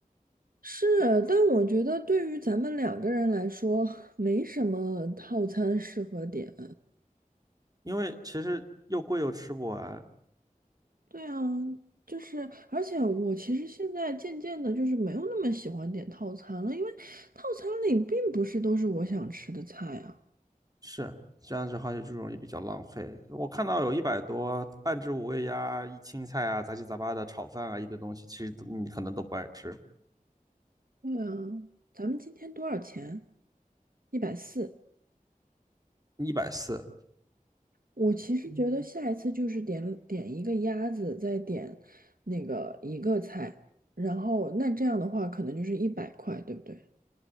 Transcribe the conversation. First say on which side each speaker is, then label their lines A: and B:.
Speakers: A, on the right; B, on the right.
A: 是，但我觉得对于咱们两个人来说，没什么套餐适合点。
B: 因为其实又贵又吃不完，
A: 对啊，就是，而且我其实现在渐渐的，就是没有那么喜欢点套餐了，因为套餐里并不是都是我想吃的菜啊。
B: 是这样子的话就容易比较浪费。我看到有一百多半只五味鸭、一青菜啊、杂七杂八的炒饭啊一堆东西，其实都你可能都不爱吃。
A: 对啊，咱们今天多少钱？一百四，
B: 一百四
A: 我其实觉嗯得下一次就是点点一个鸭子，再点那个一个菜，然后那这样的话可能就是一百块，对不对？